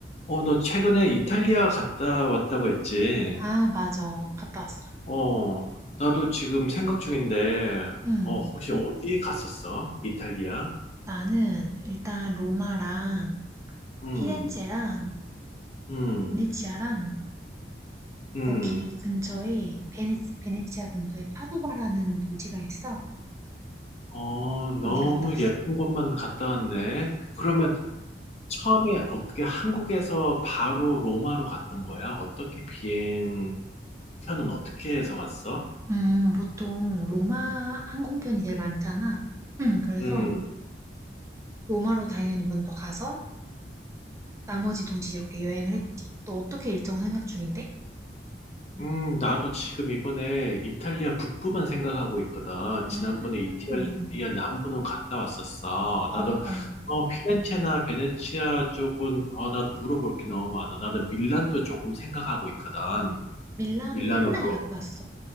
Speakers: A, on the left (about 35°); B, on the right (about 15°).
A: 어, 너 최근에 이탈리아 갔다 왔다고 했지?
B: 아, 맞아. 갔다 왔어.
A: 어, 나도 지금 생각 중인데,
B: 응.
A: 어, 혹시 어디 갔었어? 이탈리아?
B: 나는 일단 로마랑
A: 음,
B: 피렌체랑
A: 음,
B: 베네치아랑
A: 음.
B: 거기 근처에 베네, 베네치아 근처에 파도바라는 도시가 있어.
A: 어, 너무
B: 거기 갔다 왔어.
A: 예쁜 곳만 갔다 왔네. 그러면 처음에 어떻게 한국에서 바로 로마로 갔던 거야? 어떻게 비행편은 어떻게 해서 갔어?
B: 음, 보통 로마 항공편이 제일 많잖아. 음, 그래서
A: 음.
B: 로마로 당연히 먼저 가서 나머지 도시 이렇게 여행을 했지. 또 어떻게 일정 생각 중인데?
A: 음, 나도 지금 이번에 이탈리아 북부만 생각하고 있거든. 지난번에
B: 음,
A: 이탈리아 남부는 갔다 왔었어.
B: 어,
A: 나도
B: 어.
A: 어, 피렌체나 베네치아 쪽은 어, 나도 물어볼 게 너무 많아. 나는 밀란도 조금 생각하고 있거든.
B: 밀라노
A: 밀라노도.
B: 옛날에 갔다 왔어.